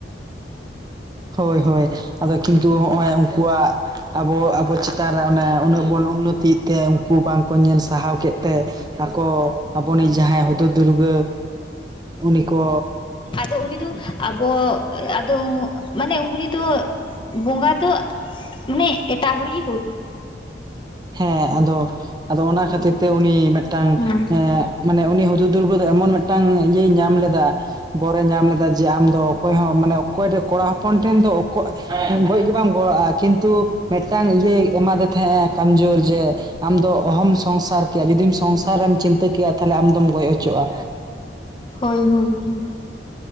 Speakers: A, on the right (about 25°); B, on the left (about 30°).
A: ᱦᱳᱭ ᱦᱳᱭ ᱟᱫᱚ ᱠᱤᱱᱛᱩ ᱦᱚᱸᱜᱼᱚᱭ ᱩᱱᱠᱩᱣᱟᱜ᱾ ᱟᱵᱚ ᱟᱵᱚ ᱪᱮᱛᱟᱱ ᱨᱮ ᱚᱱᱮ ᱩᱱᱟᱹᱜ ᱵᱚᱱ ᱩᱱᱱᱚᱛᱤᱭᱮᱜ ᱛᱮ ᱩᱱᱠᱩ ᱵᱟᱝᱠᱚ ᱧᱮᱞ ᱥᱟᱦᱟᱣ ᱠᱮᱫ ᱛᱮᱼᱼ ᱟᱠᱚ ᱟᱵᱮᱱᱤᱡ ᱡᱟᱦᱟᱸᱭ ᱦᱩᱫᱩᱲ ᱫᱩᱨᱜᱟᱹ ᱩᱱᱤ ᱠᱚᱼᱼ
B: ᱟᱫᱚ ᱩᱱᱤ ᱫᱚ ᱟᱵ ᱼᱼ ᱟᱫᱚ ᱢᱟᱱᱮ ᱩᱱ ᱫᱚ ᱵᱚᱸᱜᱟ ᱫᱚᱼᱼ ᱢᱟᱱᱮ ᱮᱴᱟᱜ ᱦᱚᱲᱤᱡᱼᱼ
A: ᱦᱮᱸ ᱟᱫᱚ ᱟᱫᱚ ᱚᱱᱟ ᱠᱷᱟᱹᱛᱤᱨ ᱛᱮ ᱩᱱᱤ ᱢᱤᱫᱴᱟᱝ
B: ᱦᱮᱸ
A: ᱮᱻ ᱼᱼ ᱢᱟᱱᱮ ᱩᱱᱤ ᱦᱩᱫᱩᱲ ᱫᱩᱨᱜᱟᱹ ᱫᱚ ᱮᱢᱚᱱ ᱢᱤᱫᱴᱟᱝ ᱤᱭᱟᱹᱭ ᱧᱟᱢ ᱞᱮᱫᱟ᱾ ᱵᱚᱨᱮ ᱧᱟᱢ ᱞᱮᱫᱟ ᱡᱮ ᱟᱢᱫᱚ ᱚᱠᱚᱭ ᱦᱚᱸ, ᱢᱟᱱᱮ ᱚᱠᱚᱭ ᱴᱷᱮᱱ ᱠᱚᱲᱟ ᱦᱚᱯᱚᱱ ᱴᱷᱮᱱ ᱫᱚ ᱚᱠᱚᱼᱼ ᱜᱚᱡ ᱜᱮ ᱵᱟᱢ ᱜᱚᱲᱚᱜᱼᱟ, ᱠᱤᱱᱛᱩ ᱢᱤᱫᱴᱟᱝᱼᱼ ᱮᱢᱟᱫᱮ ᱛᱟᱦᱮᱸ ᱮ ᱠᱚᱢᱡᱳᱨ ᱡᱮ ᱟᱢ ᱫᱚ ᱚᱦᱚᱢ ᱥᱚᱝᱥᱟᱨ ᱠᱮᱭᱟ ᱡᱩᱫᱤᱢ ᱼᱼ ᱥᱚᱝᱥᱟᱨᱮᱢ ᱪᱤᱱᱛᱟᱹ ᱠᱮᱭᱟ ᱛᱟᱦᱞᱮ ᱟᱢ ᱫᱚᱢ ᱜᱚᱡ ᱦᱚᱪᱚᱜᱼᱟ᱾
B: ᱦᱳᱭ ᱦᱳᱭ᱾